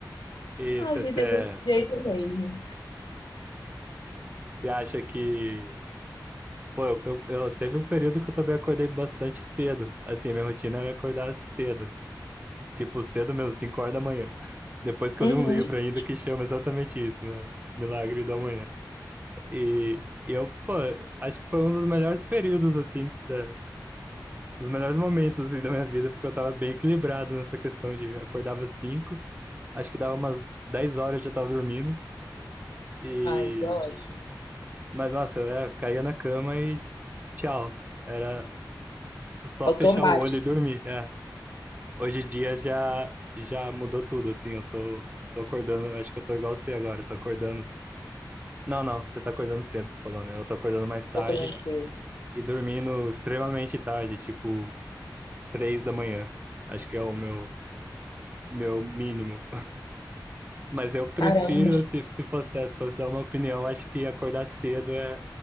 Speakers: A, on the right (about 25°); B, on the left (about 75°).
A: E
B: a
A: você
B: vida é desse jeito mesmo.
A: acha que. Pô, eu, eu, eu- teve um período que eu também acordei bastante cedo. Assim, minha rotina era acordar cedo. Tipo, cedo mesmo, 5 horas da manhã. <laughs> Depois que
B: Uhum.
A: eu li um livro ainda que chama exatamente isso, né? Milagre da Manhã. E, e eu, pô, acho que foi um dos melhores períodos, assim, da, os melhores momentos, assim, da minha vida, porque eu tava bem equilibrado nessa questão de acordava às 5, acho que dava umas 10 horas eu já tava dormindo, e...
B: Ah, isso é ótimo.
A: Mas, nossa, eu é, caía na cama e tchau. Era só
B: Automático
A: fechar o olho e dormir, é. Hoje em dia já, já mudou tudo, assim, eu tô, tô acordando, acho que eu tô igual você agora, eu tô acordando... Não, não, você tá acordando cedo, você falou, né? Eu tô acordando mais tarde
B: aconteceu.
A: e dormindo extremamente tarde, tipo três da manhã. Acho que é o meu, meu mínimo. Mas eu prefiro,
B: Caramba.
A: se, se fosse, se fosse dar uma opinião, acho que acordar cedo é,